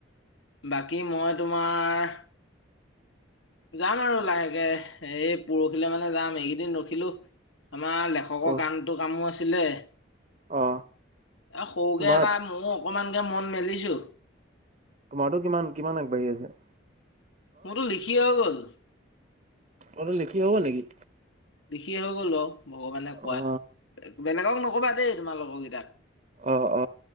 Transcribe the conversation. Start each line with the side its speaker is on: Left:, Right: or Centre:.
Left: বাকী, মই তোমাৰ যাম আৰু লাহেকে, এই পৰহিলে মানে যাম, এইকেইদিন ৰখিলো। আমাৰ লেখকৰ
Right: পৰহি
Left: গানটো, কামো আছিলে। এ
Right: অ
Left: সৰুকে
Right: তোমাৰ
Left: এটা মইও অকমানকে মন মেলিছো।
Right: তোমাৰতো কিমান, কিমান আগবাঢ়ি আছে?
Left: মোৰতো লিখি হৈ গ'ল।
Right: অ টোৰ লিখি হৈ গল নেকি?
Left: লিখি হৈ গ'ল বাও, ভগৱানে কোৱাত।
Right: অ
Left: বেলেগক নকবা দেই, তোমাৰ লগৰ কেইটাক।
Right: অ অ।